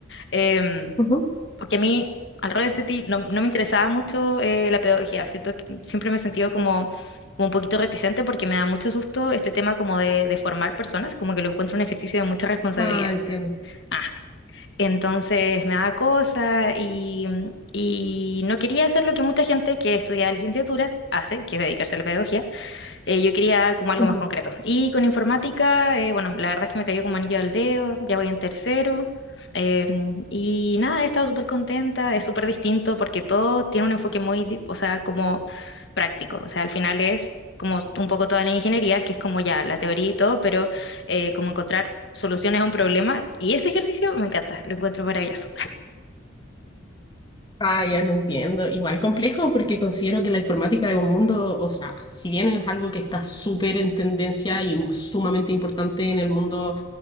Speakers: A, on the left; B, on the left.
A: em,
B: Ujú.
A: porque a mí, al revés de ti, no, no me interesaba mucho eh, la pedagogía. Siento que siempre me he sentido como, como un poquito reticente porque me da mucho susto este tema como de, de formar personas, como que lo encuentro un ejercicio de mucha responsabilidad.
B: Ah, entiendo.
A: Ah, entonces me da cosa y, y no quería hacer lo que mucha gente que estudia licenciaturas hace, que es dedicarse a la pedagogía. Eh, yo quería como algo
B: Ujú.
A: más concreto. Y con informática, eh, bueno, la verdad es que me cayó como anillo al dedo, ya voy en tercero. eh, y nada, he estado súper contenta, es súper distinto porque todo tiene un enfoque muy, di- o sea, como práctico. O sea, al final es como un poco toda la ingeniería, es que es como ya la teoría y todo, pero eh, como encontrar soluciones a un problema. Y ese ejercicio me encanta, lo encuentro maravilloso.
B: Ah, ya te entiendo. Igual complejo porque considero que la informática es un mundo, o sea, si bien es algo que está súper en tendencia y sumamente importante en el mundo